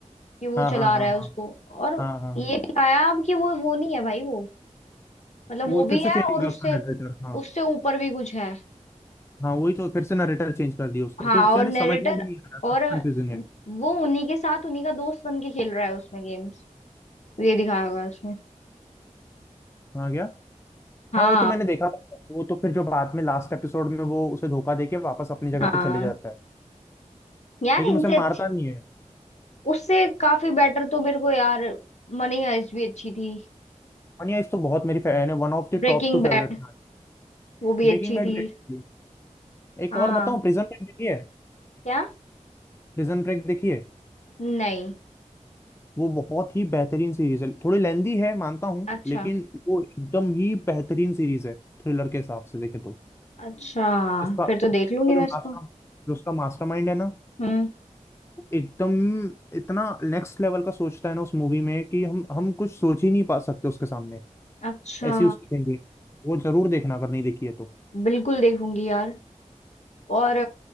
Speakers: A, on the left; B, on the left.
A: कि वो
B: हाँ
A: चला
B: हाँ हाँ
A: रहा है
B: हाँ
A: उसको और
B: हाँ हाँ हाँ।
A: ये दिखाया अब कि वो वो नहीं है भाई वो मतलब
B: वो
A: वो भी
B: फिर से
A: है
B: चेंज हो
A: और
B: गया
A: उससे
B: उसका नरेटर हाँ
A: उससे ऊपर भी कुछ है
B: हाँ वही तो फिर से नरेटर चेंज कर दिया उसका
A: हाँ
B: कुछ
A: और
B: यानी
A: नरेटर
B: समझ में भी नहीं आ रहा था
A: और
B: कंफ्यूजिंग है
A: वो उन्हीं के साथ उन्हीं का दोस्त बन के खेल रहा है उसमें गेम्स ये दिखाया हुआ है उसमें
B: हाँ क्या
A: हाँ
B: हाँ वो तो मैंने देखा था वो तो फिर जो बाद में लास्ट एपिसोड में वो उसे धोखा देके वापस अपनी जगह
A: हाँ
B: पे चले जाता है
A: यार
B: लेकिन
A: इनसे
B: उसे मारता
A: अच्छी
B: नहीं है
A: उससे काफी बेटर तो मेरे को यार मनी हाइस्ट भी अच्छी थी
B: मनिया इस तो बहुत मेरी फैन है one of the
A: ब्रेकिंग
B: top two
A: बैड
B: favourite
A: वो भी
B: Breaking
A: अच्छी
B: bad
A: थी
B: भी अच्छी है। एक
A: हाँ
B: और बताऊं प्रिजन ब्रेक देखिए
A: क्या
B: प्रिजन ब्रेक देखिए
A: नहीं
B: वो बहुत ही बेहतरीन सीरीज है थोड़ी लेंदी है मानता हूँ
A: अच्छा
B: लेकिन वो एकदम ही बेहतरीन सीरीज है थ्रिलर के हिसाब से देखे तो
A: अच्छा
B: उसका
A: फिर
B: उसका
A: तो देख लूंगी
B: जो
A: मैं इसको
B: मास्टर जो उसका मास्टरमाइंड है ना
A: हम्म
B: वो एकदम इतना नेक्स्ट लेवल का सोचता है ना उस मूवी में कि हम हम कुछ सोच ही नहीं पा सकते उसके सामने
A: अच्छा
B: ऐसी उसकी थिंकिंग वो जरूर देखना अगर नहीं देखी है तो
A: बिल्कुल देखूंगी यार और